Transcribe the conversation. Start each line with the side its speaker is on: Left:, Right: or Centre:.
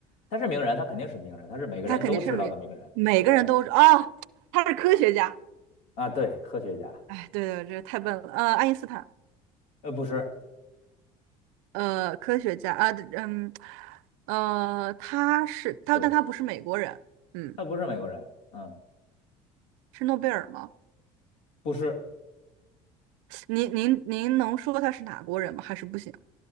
Left: 他是名人，他肯定是名人，他是每个人都知道的名人。
Right: 他肯定是每每个人都哦，
Left: 对
Right: 他是科学家。
Left: 啊，对，科学家，
Right: 哎，对对，这太笨了。呃，爱因斯坦，
Left: 呃，不是，
Right: 呃，科学家啊，嗯，呃，他是他，
Left: 对，
Right: 但他不是美国人，嗯，
Left: 他不是美国人，嗯，
Right: 是诺贝尔吗？
Left: 不是
Right: 您您您能说他是哪国人吗？还是不行